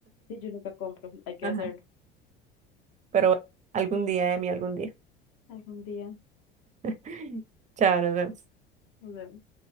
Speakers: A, on the left (about 45°); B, on the right (about 25°).
A: Sí, yo nunca compro, hay que
B: Ajá.
A: hacerlo
B: Pero bueno, algún día, Emi, algún día.
A: algún día.
B: <clears throat> <laughs> Chao, nos vemos.
A: nos vemos.